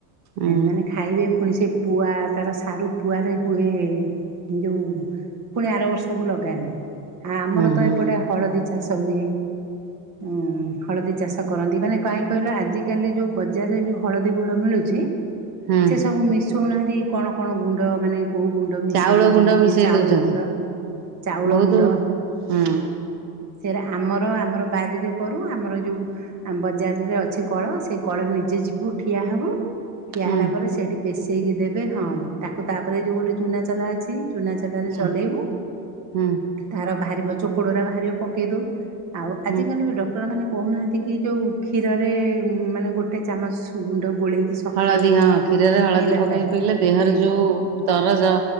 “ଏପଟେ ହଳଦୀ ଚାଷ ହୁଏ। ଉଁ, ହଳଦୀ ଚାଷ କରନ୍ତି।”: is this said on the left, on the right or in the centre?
Right